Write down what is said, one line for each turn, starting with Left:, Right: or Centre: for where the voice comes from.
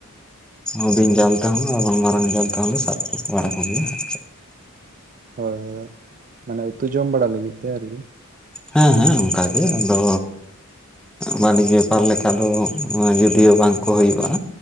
Centre: ᱦᱩᱰᱤᱧ ᱡᱟᱞ ᱛᱮᱦᱚᱸ ᱟᱨ ᱵᱟᱝ ᱢᱟᱨᱟᱝ ᱡᱟᱞ ᱛᱮᱦᱚᱸ ᱞᱮ ᱥᱟᱵ ᱠᱚ ᱵᱟᱲᱟ ᱠᱚᱜᱮᱭᱟ ᱟᱨ
Right: ᱦᱳᱭ ᱦᱳᱭ ᱢᱟᱱᱮ ᱩᱛᱩ ᱡᱚᱢ ᱵᱟᱲᱟ ᱞᱟᱹᱜᱤᱫ ᱛᱮ ᱟᱨᱠᱤ
Centre: ᱦᱮᱸ ᱦᱮᱸ ᱚᱱᱠᱟᱜᱮ ᱟᱫᱚ ᱵᱟᱱᱤᱡᱽ ᱵᱮᱯᱟᱨ ᱞᱮᱠᱟ ᱫᱚ ᱡᱳᱫᱤᱭᱳ ᱵᱟᱝ ᱠᱚ ᱦᱩᱭᱩᱜ-ᱟ᱾